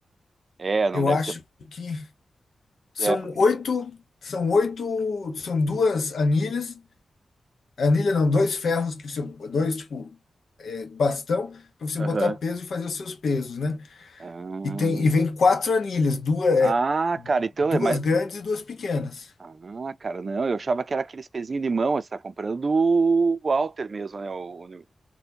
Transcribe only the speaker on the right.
É, não
deve
ser.
É, porque.
Aham.
Ah,
Ah, cara, então
é mais.
Ah, cara, não, eu achava que era aqueles pezinhos de mão, você tá comprando do Walter mesmo, né? O, o-